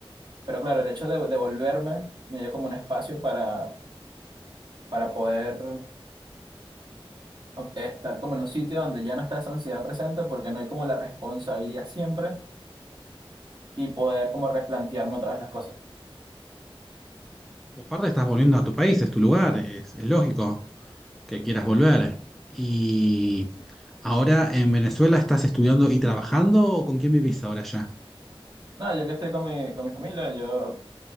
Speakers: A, on the right; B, in the centre.
A: pero claro, el hecho de, de volverme me dio como un espacio para, para poder o- estar como en un sitio donde ya no está esa ansiedad presente porque no hay como la responsabilidad siempre y poder como replantearme otra vez las cosas.
B: Y aparte estás volviendo a tu país, es tu lugar, es, es lógico que quieras volver. ¿Y ahora en Venezuela estás estudiando y trabajando o con quién vivís ahora ya?
A: Nada, yo que estoy con mi, con mi familia, yo